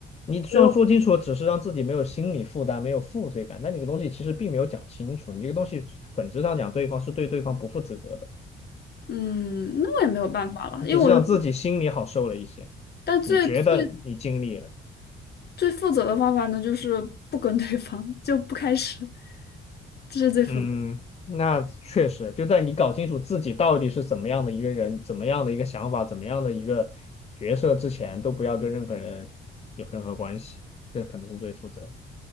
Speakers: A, on the left; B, on the left.
A: 你虽然说清楚，
B: 不用
A: 只是让自己没有心理负担、没有负罪感，但你这个东西其实并没有讲清楚。你这个东西本质上讲，对方是对对方不负责的，
B: 嗯，那我也没有办法了，
A: 你只是让自己心里好受了一些。
B: 因为我就，但最最
A: 你觉得你尽力了，
B: 最负责的方法呢，就是不跟对方，就不开始，这是最负责。
A: 嗯，那确实，就在你搞清楚自己到底是怎么样的一个人，怎么样的一个想法，怎么样的一个角色之前，都不要跟任何人有任何关系，这可能是最负责。